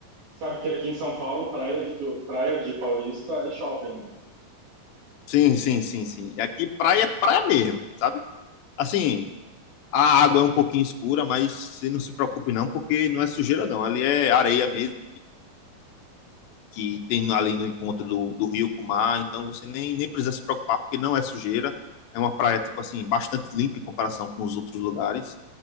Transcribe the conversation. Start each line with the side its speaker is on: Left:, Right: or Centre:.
Right: Sabe que aqui em São Paulo, praia de, Tu- praia de Paulista é shopping, né?
Left: Sim, sim, sim, sim. E aqui praia é praia mesmo, sabe? Assim, a água é um pouquinho escura, mas você não se preocupe não, porque não é sujeira não. Ali é areia mesmo que tem ali no encontro do, do rio com o mar, então você nem, nem precisa se preocupar, porque não é sujeira, é uma praia, tipo assim, bastante limpa em comparação com os outros lugares,